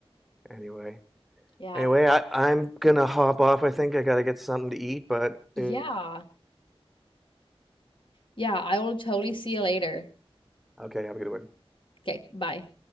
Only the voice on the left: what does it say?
Yeah.
Yeah.
Yeah, I will totally see you later.
Okay, bye.